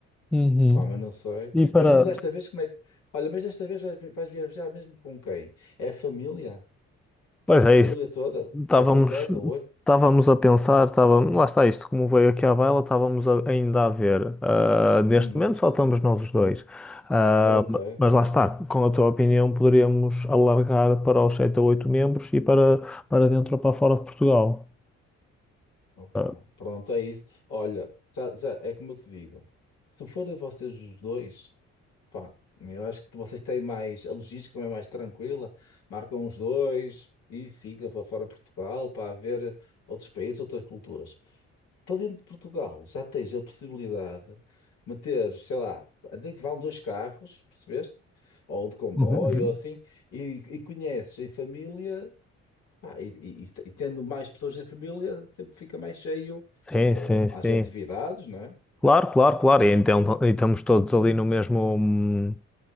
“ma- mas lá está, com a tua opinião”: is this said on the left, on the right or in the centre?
Centre